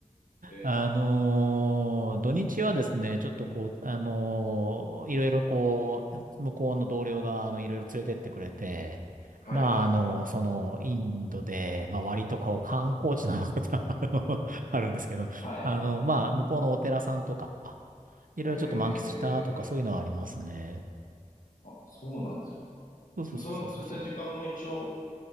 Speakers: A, on the right; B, on the left.
A: あのー土日はですね、
B: ー、
A: ちょっとこう、あのーいろいろこう、向こうの同僚が、あの、いろいろ連れてってくれて、
B: はい。
A: まあ、あの、その、インドで、まあ、割とこう、観光地なのかな <laughs> あのあるんですけど、
B: はい。
A: あの、まあ、向こうのお寺さんとか、いろいろちょっと満喫したとか、
B: え
A: そういうのはありますね。
B: ー、あ、そうなんですか。
A: そうそうそうそうそう。
B: そ、そういった時間も一応